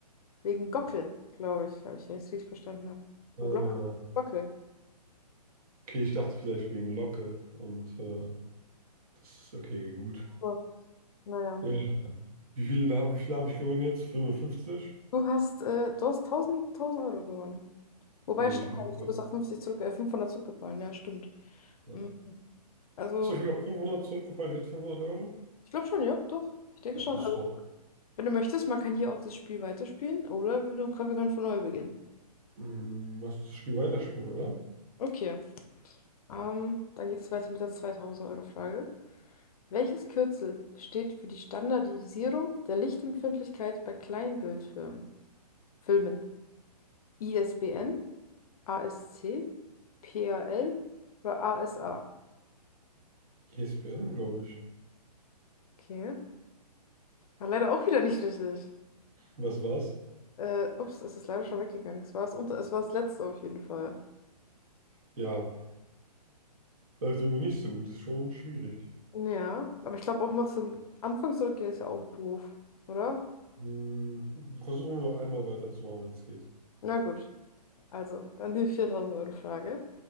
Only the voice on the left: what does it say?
wegen Gockel, glaube ich, habe ich, wenn ich es richtig verstanden habe.
Und
Glocke, Gockel.
So, naja.
Du hast, äh, du hast tausend, tausend Euro gewonnen. Wobei,
stimmt,
gar nicht, du bist auf 50 zurück, äh, 500 zurückgefallen, ja, stimmt.
Mhm. Also,
ich glaube schon, ja, doch. Ich denke
schon.
Also,
wenn du möchtest, man kann hier auch das Spiel weiterspielen oder wir, du, wir können von neu beginnen.
Okay, ähm, dann geht es weiter mit der zweitausend euro frage Welches Kürzel steht für die Standardisierung der Lichtempfindlichkeit bei Kleinbildfilmen? Filmen. ISBN, ASC, PAL oder ASA?
Okay. War leider auch wieder nicht richtig.
Äh, ups, es ist leider schon weggegangen. Es war das, unter, es war das letzte auf jeden Fall.
Ja, aber ich glaube auch mal zum Anfang zurückgehen ist ja auch doof, oder?
Na gut, also dann die 4000-Euro-Frage.